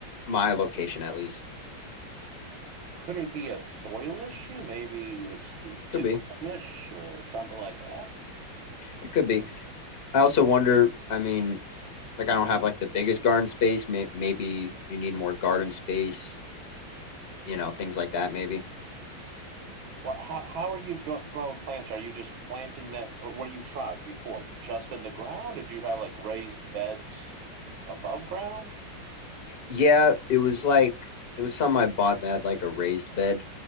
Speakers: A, on the left; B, on the right.
A: my location at least.
B: Could it be a soil issue? Maybe it's, it's too
A: Could be.
B: clayish or something like that.
A: It could be. I also wonder, I mean, like I don't have like the biggest garden space. May- maybe you need more garden space, you know, things like that, maybe.
B: Well, how, how are you gro- growing plants? Are you just planting that? What you tried before? Just in the ground? Did you have like raised beds above ground?
A: Yeah, it was like it was something I bought that had like a raised bed.